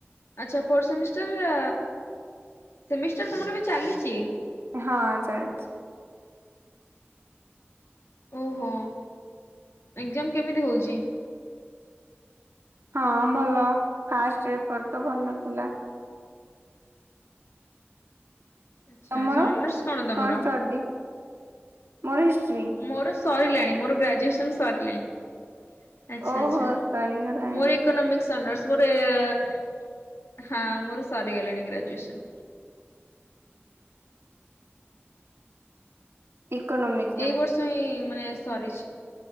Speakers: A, on the left; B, on the right.
A: ଆଚ୍ଛା ଫୋର୍ଥ ସେମିଷ୍ଟାର ସେମିଷ୍ଟାର ତମର ଏବେ ଚାଲିଛି
B: ହଁ ଚାଲିଛି
A: ଓହୋ ଏଜ୍ଜାମ କେମିତି ହଉଛି
B: ହଁ ଭଲ ଫାଷ୍ଟ ପେପର ତ ଭଲ ଥିଲା
A: ଆଚ୍ଛା
B: ତମର
A: ଆଚ୍ଛା ଅନର୍ସ ତମର?
B: କଣ ଷ୍ଟଡୀ ମୋର ହିଷ୍ଟ୍ରୀ
A: ମୋର ସଇଲାଣି ମୋର ଗ୍ରାଜୁଏସନ୍ ସରିଲାଣି ଆଚ୍ଛା
B: ଓହୋ
A: ଆଛା
B: ସରିଗଲାଣି।
A: ମୋର ଏ ଇକନ‌ମିକ୍ସ ଅନର୍ସ ମୋର ଏ ଏ ହଁ ମୋର ସରିଗଲାଣି ଗ୍ରାଜୁଏସନ୍
B: ଇୋକନୋମିକ୍
A: ଏଇ ବର୍ଷ ହିଁ ମାନେ ସରିଛି